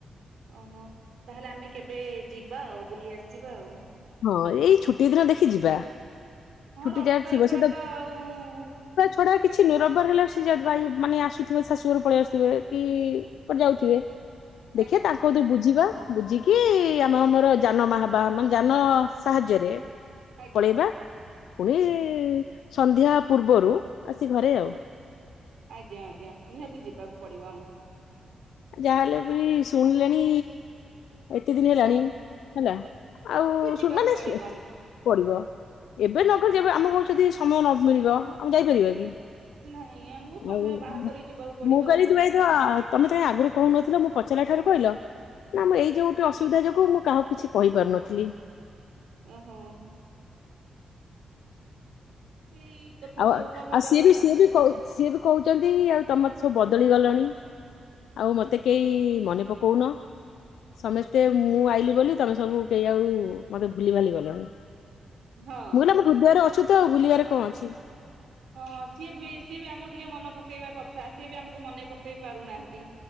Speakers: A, on the right; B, on the left.
A: ଓହୋ ତାହେଲେ ଆମେ କେବେ ଯିବା ଆଉ ବୁଲି ଆସିବା ଆଉ।
B: ହଁ ଏଇ ଛୁଟି ଦିନ ଦେଖି ଯିବା
A: ହଁ
B: ଛୁଟି
A: ରବିବାର
B: ଯାହା ଥିବ
A: ଛଡା
B: ସେ ତ
A: ଆଉ
B: ପଡା କିଛି <unintelligible> ମାନେ ଆସୁଥିବେ ଶାଶୁଘରେ ପଳେଇ ଆସୁଥିବେ କି ଯାଉଥିବେ। ଦେଖିବା
A: ଆଜ୍ଞା
B: ତାଙ୍କୁ ତ ବୁଝିବା ବୁଝିକି ଆମେ ଆମର ଯାନବାହାନ ମାନେ ଯାନ ସାହାଯ୍ୟରେ
A: ଆଜ୍ଞା
B: ପଳେଇବା। ପୁଣି ସନ୍ଧ୍ୟା ପୂର୍ବରୁ ଆସି ଘରେ ଆଉ।
A: ଆଜ୍ଞା ଆଜ୍ଞା। ନିହାତି ଯିବାକୁ ପଡିବ ଆମକୁ।
B: ଯାହାହେଲେ ବି ଶୁଣିଲେଣି ଏତେ ଦିନ ହେଲାଣି
A: ହଁ
B: ହେଲା। ଆଉ
A: ଟିକେ ଯିବାକୁ
B: <unintelligible>
A: ପଡିବ ଆମକୁ
B: ପଡିବ ଏବେ ନ ଗଲେ ଯେବେ ଆମେ <unintelligible> ଯଦି ସମୟ ନ ମିଳିବ ଆମେ ଯାଇପାରିବା କି?
A: ନାଇଁ ଆମକୁ ସମୟ
B: ଆଉ
A: ବାହାର କରିକି ଯିବାକୁ ପଡିବ
B: ମୁଁ <unintelligible> କରିଥିଲି
A: ଆଉ।
B: ଭାଇ ତ ତମେ ତ କାଇଁ ଆଗରୁ କହୁନଥିଲ ମୁଁ ପଚାରିଲା ଠାରୁ କହିଲ? ନା ମ ଏଇ ଯୋଉ ଗୋଟେ ଅସୁବିଧା ଯୋଗୁଁ ମୁଁ କାହାକୁ କିଛି କହିପାରୁନଥିଲି।
A: ଓହୋ। ସେଇ କଥା
B: ଆଉ
A: ତ ତ ଭଲ
B: ଆଉ ସିଏ
A: କଥା
B: ବି ସିଏ ବି ସିଏ ବି କହୁଛନ୍ତି ଆଉ ତମର ସବୁ ବଦଳି ଗଲଣି? ଆଉ ମତେ କେହି ମନେ ପକଉନ। ସମସ୍ତେ ମୁଁ ଆଇଲିି ବୋଲି ତମେ ସବୁ କେହି ଆଉ ମତେ ଭୁଲି ଭାଲି ଗଲଣି।
A: ହଁ।
B: ମୁଁ କହିଲି ଆମ ହୃଦୟରେ ଅଛୁ ତ ଆଉ ଭୁଲିବାରେ କଣ ଅଛି?
A: ହଁ ସିଏ ବି ସିଏ ବି ଆମକୁ ଟିକେ ମନେ ପକେଇବା କଥା ସିଏ ବି ଆମକୁ ମନେ ପକେଇ ପାରୁନାହାନ୍ତି।